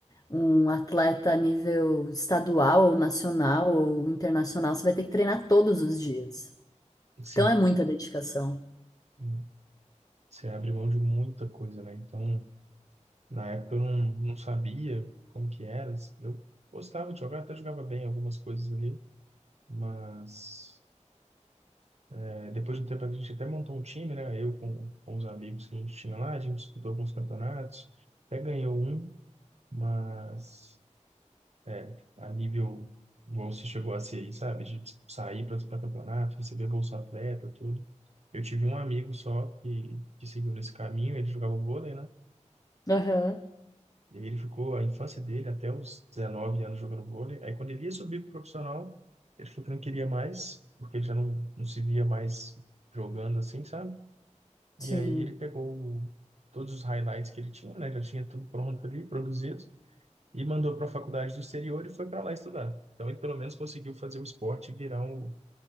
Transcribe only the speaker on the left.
um atleta a nível estadual ou nacional ou internacional, você vai ter que treinar todos os dias. Então
é muita dedicação.
Aham,
sim.